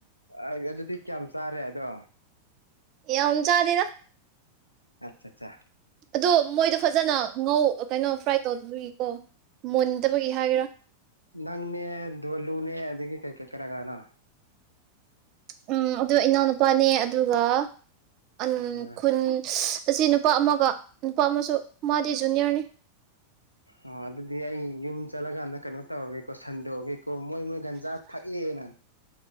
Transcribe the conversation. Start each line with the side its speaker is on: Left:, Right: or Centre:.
Left: ꯑ ꯑꯗꯨꯗꯤ ꯀꯌꯥꯝ ꯆꯥꯔꯦ ꯑꯗꯣ
Right: ꯌꯥꯝ ꯆꯥꯗꯦꯗꯥ
Left: ꯑꯆꯥꯆꯥ
Right: ꯑꯗꯣ ꯃꯣꯏꯗꯣ ꯐꯖꯅ ꯉꯧ ꯀꯩꯅꯣ ꯐ꯭ꯔꯥꯏ ꯇꯧꯗꯕꯒꯤꯀꯣ ꯃꯨꯟꯗꯕꯒꯤ ꯍꯥꯏꯒꯦꯔꯥ
Left: ꯅꯪꯅꯦ ꯗꯣꯂꯨꯅꯦ ꯑꯗꯒꯤ ꯀꯩꯀꯩ ꯀꯅꯥ ꯀꯅꯥꯅꯣ
Right: ꯎꯝ ꯑꯗꯨ ꯏꯅꯥꯎꯅꯨꯄꯥꯅꯦ ꯑꯗꯨꯒ ꯑꯟ
Left: ꯑꯥ
Right: ꯈꯨꯟ ꯑꯁꯤ ꯅꯨꯄꯥ ꯑꯃꯒ ꯅꯨꯄꯥ ꯑꯃꯁꯨ ꯃꯥꯗꯤ ꯖꯨꯅꯤꯌꯔꯅꯤ
Left: ꯑꯣ ꯑꯗꯨꯗꯤ ꯑꯩ ꯌꯨꯝ ꯆꯠꯂꯀꯥꯟꯗ ꯀꯩꯅꯣ ꯇꯧꯔꯒꯦꯀꯣ ꯁꯟꯗꯣꯛꯑꯒꯦꯀꯣ ꯃꯣꯏ ꯃꯣꯏ ꯒꯟꯖꯥ ꯊꯛꯑꯦꯅ